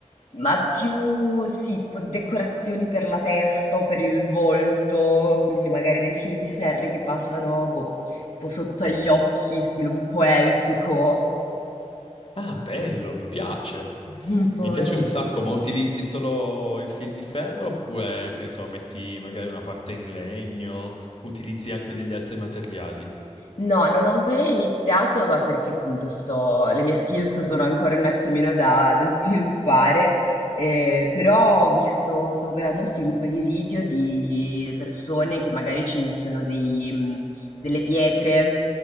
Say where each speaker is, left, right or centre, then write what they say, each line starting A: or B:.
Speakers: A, on the left; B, on the left.
A: ma più sì, tipo decorazioni per la testa o per il volto, quindi magari dei fil di ferri che passano, boh, tipo sotto agli occhi, stile un po' elfico.
B: Ah, bello, mi piace.
A: Un po',
B: Mi piace
A: sì,
B: un
A: sì.
B: sacco, ma utilizzi solo il fil di ferro oppure, che ne so, metti magari una parte in legno, utilizzi anche degli altri materiali?
A: No, non ho ancora iniziato, ma perché appunto sto, le mie skills sono ancora un attimino da, da <laughs> sviluppare, eh, però ho visto, stavo guardando sì un po' di video di persone che magari ci mettono dei, mh, delle pietre,